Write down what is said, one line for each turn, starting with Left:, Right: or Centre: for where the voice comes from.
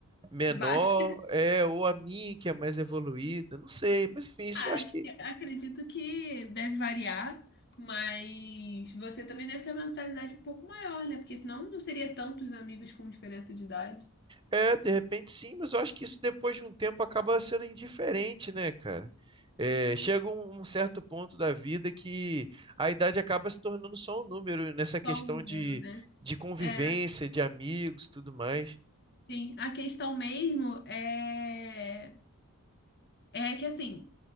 Right: menor,
Left: Basta. <laughs>
Right: é, ou a minha que é mais evoluída, não sei, mas enfim, isso
Left: Acho
Right: eu acho que
Left: que- Acredito que deve variar, mas você também deve ter uma mentalidade um pouco maior, né? Porque senão não seria tantos amigos com diferença de idade.
Right: É, de repente sim, mas eu acho que isso depois de um tempo acaba sendo indiferente, né, cara? É, chega um, um certo ponto da vida que a idade acaba se tornando só um número nessa questão
Left: Só o número,
Right: de,
Left: né?
Right: de convivência,
Left: É,
Right: de amigos e tudo mais.
Left: sim. A questão mesmo é, é que assim.